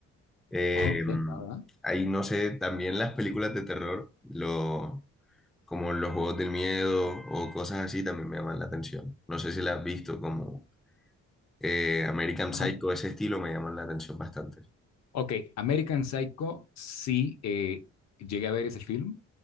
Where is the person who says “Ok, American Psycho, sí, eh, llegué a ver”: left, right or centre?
Left